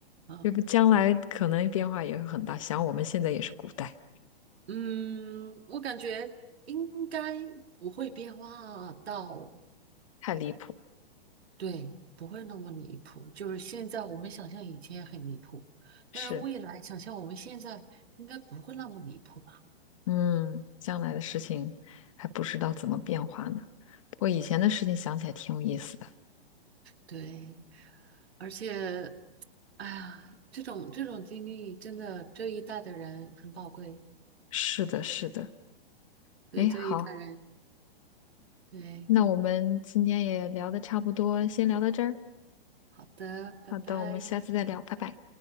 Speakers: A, on the right (about 85°); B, on the left (about 30°).
A: <laughs> 啊，
B: 要不将来可能变化也会很大，想我们现在也是古代，
A: 嗯，我感觉应该不会变化到，
B: 太离谱。
A: 对，不会那么离谱，就是现在我们想象以前也很离谱，但是未来想象我们现在应该不会那么离谱吧？
B: 是，嗯，将来的事情还不知道怎么变化呢。不过以前的事情想起来挺有意思的。
A: 对，而且哎呀，这种这种经历真的这一代的人很宝贵，
B: 是的，是的。
A: 所以这一代人，
B: 哎，好，
A: 对，
B: 那我们今天也聊的差不多，先聊到这儿。
A: 好的，拜拜。
B: 好的，我们下次再聊，拜拜。